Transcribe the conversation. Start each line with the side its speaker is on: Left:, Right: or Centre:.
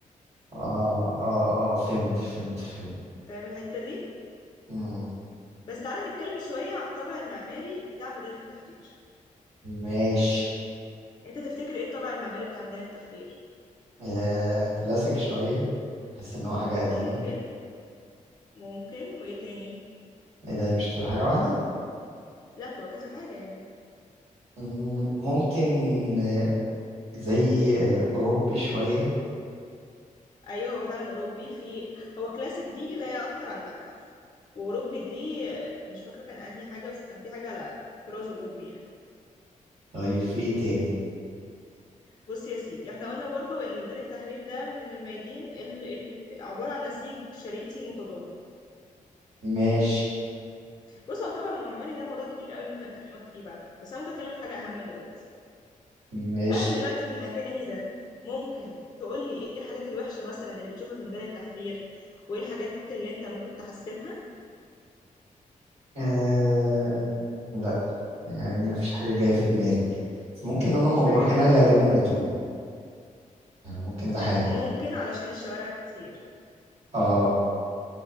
Right: اه اه اه فهمت فهمت فهمت
Left: فاهم الحتة دي
Right: مم.
Left: بس تعالى نتكلم شوية على الطابع المعماري بتاع ميدان التحرير
Right: ماشي
Left: انت تفتكر ايه الطابع المعماري بتاع ميدان التحرير
Right: آه كلاسيك شوية بحس ان هو حاجة قديمة
Left: ممكن ممكن وايه تاني
Right: ايه ده هي مش تبقى حاجة واحدة
Left: لا هو كذا حاجة يعني
Right: مم، ممكن آه، زي آه، اوروبي شوية
Left: ايوه هو فعلا اوروبي في هو كلاسيك دي لا هي اكتر عن المتحف واوروبي دي مش فاكرة كان انهي حاجة بس كان في حاجة على طراز اوروبي يعني
Right: طيب في ايه تاني
Left: بص يا سيدي احنا قلنا برضو ان ميدان التحرير ده من الميادين ال... ال... عبارة عن نسيج شريطي متضام
Right: ماشي
Left: بص هو طبعا معماري ده موضوع كبير قوي ممكن اكلمك فيه بعدين بس انا ممكن اكلمك في حاجة اهم دلوقتي
Right: ماشي
Left: انا دلوقتي من مكاني ده ممكن تقولي ايه الحاجات الوحشة مثلا اللي بتشوفها في ميدان التحرير وايه الحاجات اللي انت ممكن تحسنها
Right: آه لا يعني ما فيش حاجة جاية في دماغي بس ممكن انا
Left: مفيش
Right: لما بروح
Left: حاجة جاية في
Right: هناك
Left: دماغك
Right: غالبا بتوه آه، ممكن ده حاجة
Left: ممكن علشان الشوارع كتير
Right: اه